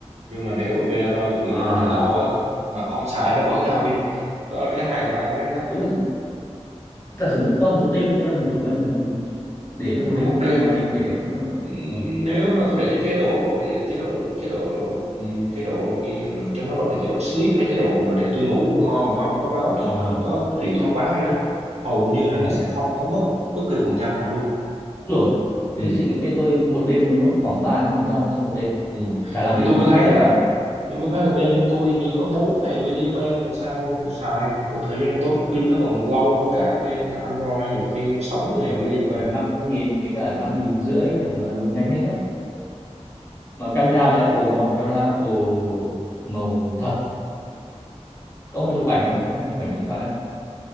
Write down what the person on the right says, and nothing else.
nhưng mà nếu về bên Android tôi nghĩ
để để lâu á mà không xài nó vẫn hao pin đó là cái hay của iOS đó
có một
đêm
á
nếu
mà tôi để chế độ chế độ chế độ ừm, chế độ ghi- trong đó gọi là chế độ sleep hay chế độ mà để tôi ngủ ngon mà không có báo
thức không có hiện thông báo gì đó hầu như là
nó sẽ không có mất bất cứ phần trăm nào luôn
ừ,
ừ.
nên
tôi
mới thấy
là
em mới thấy là bên bên tôi hình như có bốn 000 mAh mà sao mà xài mà có thời gian tốt pin nó còn lâu hơn cả bên Android nhiều khi sáu
000
mAh